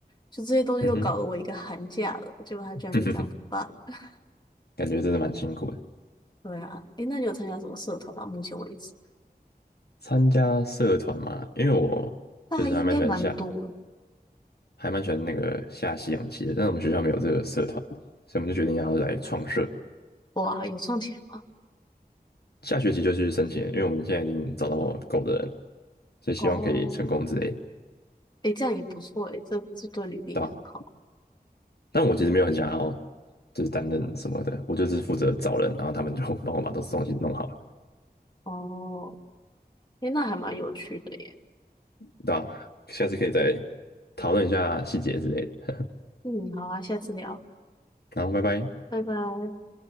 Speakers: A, on the left; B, on the left.
A: 就这些东西都搞得我一个寒假了，
B: 嗯哼，
A: 结果他居然就这样不办了。
B: <laughs> 感觉真的蛮辛苦的。
A: 对啊，诶，那你有参加什么社团吗？目前为止，
B: 参加社团嘛，因为我就是还蛮喜欢下，
A: 大一应该蛮多
B: 还蛮喜欢那个下西洋棋的，但是我们学校没有这个社团，所以我们就决定要来创社。
A: 的哇，有赚钱吗？
B: 下学期就去申请了因为我们现在已经找到够的人了，所以希望可以成功之类的，
A: 哦，诶，这样也不错诶，这这对履历也很好。
B: 对吧？但我其实没有很想要就是担任什么的，我就只是负责找人，然后他们就 <laughs> 帮我把东东西弄好了，
A: 哦，诶，那还蛮有趣的耶。
B: 对吧？下次可以再讨论一下细节之类的，
A: 嗯，好啊，下次聊，
B: <laughs> 然后拜拜。
A: 拜拜。